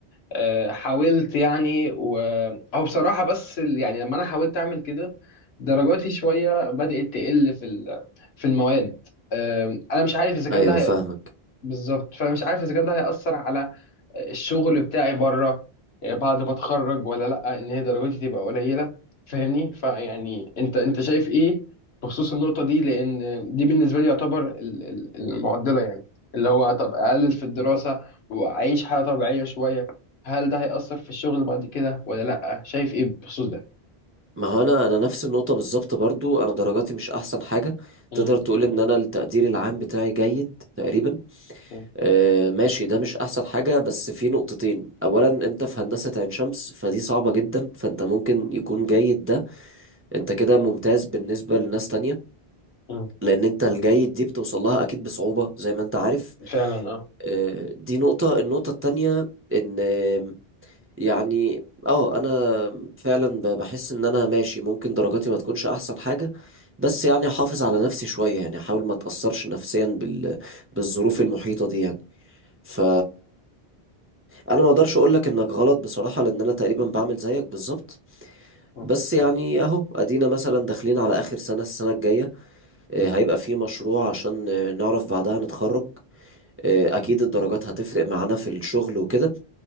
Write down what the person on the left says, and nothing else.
آه، حاولت يعني و... او بصراحه بس ال- يعني لما انا حاولت اعمل كده درجاتي شويه بدات تقل في ال... في المواد أم، انا مش عارف اذا كان
ده هي...
بالظبط فانا مش عارف اذا كان ده هياثر على الشغل بتاعي بره آه، بعد ما اتخرج ولا لا ان هي درجاتي تبقى قليله فاهمني فيعني انت انت شايف ايه بخصوص النقطه دي لان دي بالنسبه لي يعتبر ال- ال- المعضله يعني اللي هو طب اقلل في الدراسه واعيش حياه طبيعيه شويه هل ده هيأثر في الشغل بعد كده ولا لا شايف ايه بخصوص ده
مم.
مم.
مم.
فعلا اه
مم.
بالظبط